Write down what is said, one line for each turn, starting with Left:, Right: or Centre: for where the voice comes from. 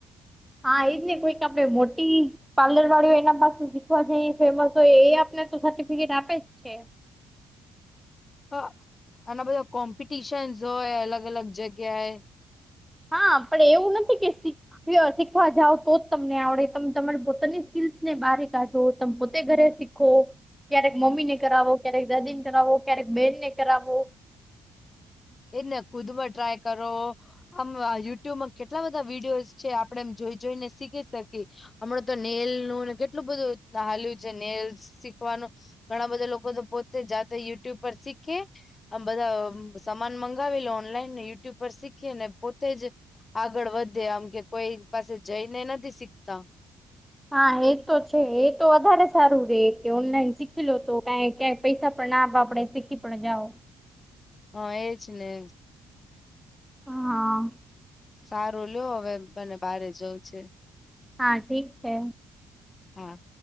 Centre: હા એજ ને કોઈક આપડે મોટી. પાર્લર વાળીઓ એના પાસે શીખવા જાય ફેમસ હોય એ આપને તો સર્ટિફિકેટ આપેજ છે.
Left: હ આના બધા કોમ્પિટિશનસ હોય અલગ અલગ જગ્યાએ.
Centre: હા પણ એવું નથી કે. શીખવા જાવ તોજ તમને આવડે તમે તમારી પોતાની સ્કીલસ ને બારી કાઢો તમે પોતે ઘરેીખ ો ક્યારેક મમ્મી ને કરાવો ક્યારેક દાદી ને કરાવો ક્યારેક બેનને કરાવો.
Left: એજને ખુદમાં ટ્રાય કરો. આમ યુટ્યુબમાં કેટલા બધા વિડીયોઝ છે આપડે એમ જોઈ જોઈને શીખી શકીએ. હમણાં તો નેલ નું કેટલું બધું હાલ્યું છે નેલ શીખવાનું. ઘણા બધા લોકો તો પોતે જાતે યુટ્યુબ પર શીખે આમ બધા. સમાન મંગાવે લે ઓનલાઈન ને યુટ્યુબ પર શીખી ને પોતેજ. આગળ વધે આમ કે કોઈ પાસે જઈને નથી શીખતા.
Centre: હા એ તો છે એ તો વધારે સારું રે કે ઓનલાઈન શીખી લો તો ક ક. પૈસા પણ ના વાપડે શીખી પણ જાઓ.
Left: હોયજ ને.
Centre: હા.
Left: સારો લ્યો હવે બને બારે જવું છે.
Centre: હા ઠીક છે.
Left: હા.